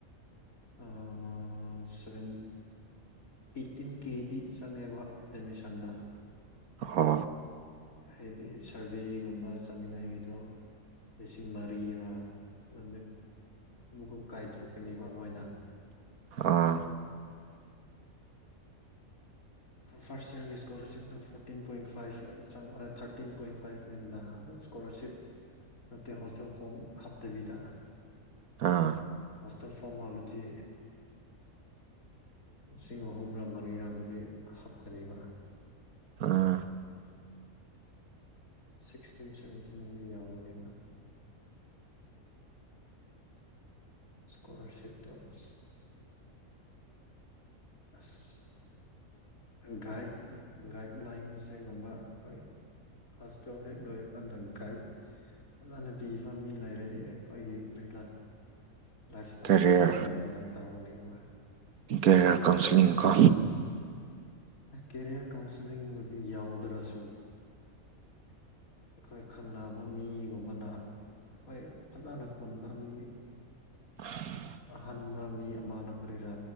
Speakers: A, on the left (about 75°); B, on the right (about 90°).
A: ꯑ ꯁꯚꯦꯟꯇꯤ ꯑꯩꯠꯇꯤꯟ ꯀꯦꯗꯤ ꯆꯪꯉꯦꯕ ꯑꯦꯠꯃꯤꯁꯟꯗ
B: ꯍ
A: ꯍꯥꯏꯗꯤ ꯁꯔꯚꯦꯒꯨꯝꯕ ꯆꯠꯅꯤꯡꯉꯥꯏꯒꯤꯗꯣ ꯂꯤꯁꯤꯡ ꯃꯔꯤꯒ ꯑꯗꯨ ꯑꯃꯨꯛꯀ ꯀꯥꯏꯊꯣꯛꯀꯅꯦꯕ ꯃꯣꯏꯅ
B: ꯑꯥ
A: ꯐꯥꯔꯁ ꯏꯌꯥꯔꯒꯤ ꯏꯁꯀꯣꯂꯔꯁꯤꯞꯇꯣ ꯐꯣꯔꯇꯤꯟ ꯄꯣꯏꯟ ꯐꯥꯏꯚ ꯆꯪꯉ ꯊꯥꯔꯇꯤꯟ ꯄꯣꯏꯟ ꯐꯥꯏꯚ ꯂꯣꯏꯅꯅ ꯏꯁꯀꯣꯂꯥꯔꯁꯤꯞ ꯅꯠꯇꯦ ꯍꯣꯁꯇꯦꯜ ꯐꯣꯔꯝ ꯍꯥꯞꯇꯕꯤꯗ
B: ꯑꯥ
A: ꯍꯁꯇꯦꯜ ꯐꯣꯔꯝ ꯍꯥꯂꯨꯗꯤ ꯂꯤꯁꯤꯡ ꯑꯍꯨꯝꯂꯥ ꯃꯔꯤꯔꯥꯕꯨꯗꯤ ꯍꯥꯞꯀꯅꯦꯕ
B: ꯑ
A: ꯁꯤꯛꯁꯇꯤꯟ ꯁꯚꯦꯟꯇꯤꯟ ꯑꯩꯅ ꯌꯥꯎꯕꯥꯅꯦꯕ ꯏꯁ꯭ꯀꯣꯂꯔꯁꯤꯞꯇꯣ ꯑꯁ ꯥꯑꯁ ꯑꯒꯥꯏ ꯒꯥꯏꯗꯂꯥꯏꯟꯁꯩꯒꯨꯝꯕ ꯑꯩꯈꯣꯏ ꯀ꯭ꯂꯥꯁ ꯇꯨꯌꯦꯜꯐ ꯍꯦꯛ ꯂꯣꯏꯔꯀꯥꯟꯗ ꯒꯥꯏꯗ ꯑꯣꯖꯅ ꯄꯤꯕ ꯃꯤ ꯂꯩꯔꯗꯤ ꯑꯩꯈꯣꯏꯒꯤ ꯀꯔꯤꯂꯥ ꯂꯥꯏꯐ ꯏꯁꯇꯥꯏꯜꯁꯦ
B: ꯀꯦꯔꯤꯌꯔ
A: ꯈꯔ ꯅꯨꯡꯉꯥꯏꯅ ꯇꯧꯅꯦꯕ
B: ꯀꯦꯔꯤꯌꯔ ꯀꯥꯎꯟꯁꯤꯂꯤꯡ ꯀꯣ
A: ꯀꯦꯔꯤꯌꯔ ꯀꯥꯎꯟꯁꯤꯦꯂꯤꯡꯕꯨꯗꯤ ꯌꯥꯎꯗ꯭ꯔꯁꯨ ꯑꯩꯈꯣꯏ ꯈꯪꯅꯕ ꯃꯤꯒꯨꯝꯕꯅ ꯑꯩꯈꯣꯏ ꯐꯖꯅ ꯄꯨꯟꯕ ꯃꯤ
B: <unintelligible>
A: ꯑꯍꯥꯟꯕ ꯃꯤ ꯑꯃꯅ ꯀꯔꯤꯔꯥ